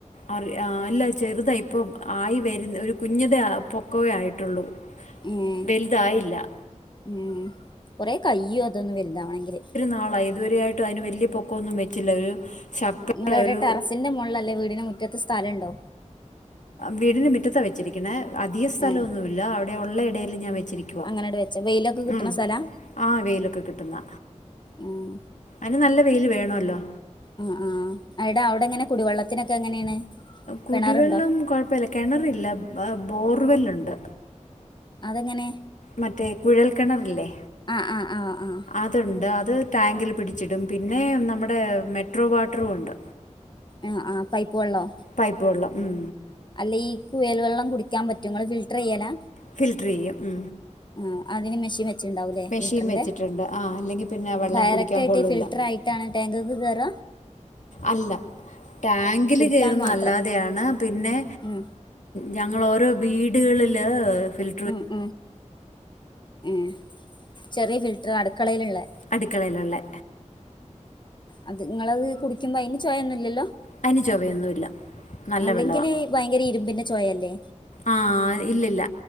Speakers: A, on the left; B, on the left.
A: അറി അല്ല ചെറുതാ ഇപ്പൾ ആയി വരുന്ന ഒരു കുഞ്ഞതെ പൊക്കവേ ആയിട്ടുള്ളൂ
B: ഏഹ്
A: വലുതായില്ല
B: ഉം കൊറെ കയ്യോ അതൊന്നും വലുതാവണെങ്കില്
A: നള ഇതുവരെയായിട്ട് അതിന് വലിയ പൊക്കം ഒന്നും വെച്ചില്ല ഒരു ശക്കയുടെ
B: നിങ്ങളവിടെ
A: ഒരു
B: ടെറസിൻ്റെ മുകളിൽല്ലേ വീടിന് മുറ്റത്ത് സ്ഥലംഉണ്ടോ
A: വീടിന് മുറ്റത്ത വെച്ചിരിക്കണ അധിക സ്ഥലംഒന്നുമില്ല
B: ഏഹ്
A: അവിടെ ഉള്ള ഇടയിൽ ഞാൻ വെച്ചിരിക്കുവ
B: അങ്ങനെട് വെച്ച വെയിലൊക്കെ കിട്ടണ
A: ഉം
B: സ്ഥലാ
A: ആ വെയിലൊക്കെ കിട്ടുന്ന
B: ഉം
A: അതിന് നല്ല വെയിൽ വേണമല്ലോ
B: ആ ആഹ് അയിട അവിടെ എങ്ങനെ കുടിവെള്ളത്തിനൊക്കെ എങ്ങനെയാണ്
A: കുടിവെള്ളം
B: കിണറുണ്ടോ
A: കുഴപ്പമില്ല കിണറില്ല ബോർവെല്ലുണ്ട്
B: അതെങ്ങനെ
A: മറ്റേ കുഴൽ കിണറില്ലേ
B: ആഹ് ആഹ്ആ ഹ്ആഹ്
A: അതുണ്ട് അത് ടാങ്കിൽ പിടിച്ചിടും പിന്നെ നമ്മുടെ മെട്രോ വാട്ടറും ഉണ്ട്
B: ആഹ് ആഹ് പൈപ്പ് വെള്ളോ
A: പൈപ്പ് വെള്ളം ഉം
B: അല്ല ഈ കുയൽ വെള്ളം കുടിക്കാൻ പറ്റങ്ങള് ഫിൽട്ടർ ചെയ്യലാ
A: ഫിൽറ്റർ ചെയ്യും ഉ
B: ആഹ് അതിന് മെഷീൻ വെച്ചുണ്ടാവൂല്ലേ
A: മെഷീൻ
B: ഫിൽട്ടറിന്റെ
A: വെച്ചിട്ടുണ്ട് ആ അല്ലെങ്കിൽ പിന്നെ ആ വെള്ളം
B: ഡയറക്റ്റ്
A: കുടിക്കാൻ
B: ആയിട്ട്
A: കൊള്ളൂല്ല
B: ഫിൽറ്റർ ആയി കേട്ടാണ് ടാങ്കക്ക് കേറ
A: അല്ല ടാങ്കിൽ
B: കുടിക്കാൻ
A: കേറുന്ന
B: മാത്രം
A: അല്ലാതെയാണ് പിന്നെ
B: ഉം
A: ഞങ്ങളോരോ വീടുകളില് ഫിൽ
B: മ മ മ ചെറിയ ഫിൽറ്റർ അടുക്കളയില ഉള്ള
A: അടുക്കളയിലള്ളേ
B: അത് നിങ്ങളത് കുടിക്കുമ്പോ അതിന് ചോയൊന്നുമില്ലല്ലോ
A: അയിന് ചൊവയൊന്നു ഇല്ല നല്ല
B: അല്ലെങ്കില്
A: വെള്ളവ
B: ഭയങ്കര ഇരുമ്പിന്റെ ചോയ അല്ലേ
A: ആഹ് ഇല്ലില്ല